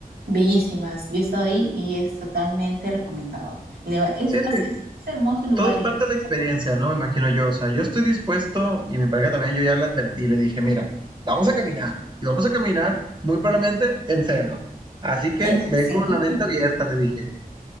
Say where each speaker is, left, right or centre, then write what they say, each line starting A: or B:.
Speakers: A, on the right; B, on the right.
A: bellísimas. Yo he estado ahí y es totalmente recomendado. Le va- es,
B: Sí, es
A: más,
B: que
A: es, es hermoso el lugar
B: todo es
A: en
B: parte de la
A: Chachapoyas.
B: experiencia, ¿no? Me imagino yo, o sea, yo estoy dispuesto y mi pareja también, yo ya le advertí, le dije, mira, vamos a caminar y vamos a caminar muy probablemente en selva. Así que
A: Eh,
B: ve
A: sí,
B: con la mente abierta, le dije.